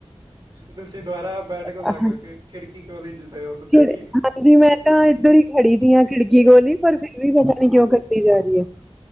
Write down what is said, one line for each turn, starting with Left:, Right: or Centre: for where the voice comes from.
Right: ਤੁਸੀਂ ਦੁਬਾਰਾ ਬੈਡ
Centre: ਜਾ
Right: ਕੋਲ ਆਕੇ ਰੁਕੇ ਖਿੜਕੀ ਕੋਲ ਜਿਤੇ ਹੋ ਤੁਸੀ
Centre: ਕਿਹੜੇ
Right: ਜੀ-
Centre: ਹਾਂਜੀ ਮੈ ਤਾਂ ਇਧਰ ਹੀ ਖੜੀ ਦੀ ਹਾਂ, ਖਿੜਕੀ ਕੋਲ ਹੀ ਪਰ ਫਿਰ ਵੀ ਪਤਾ ਨੀ ਕਿਉ ਕਟੀ ਜਾ ਰਹੀ ਹੈ।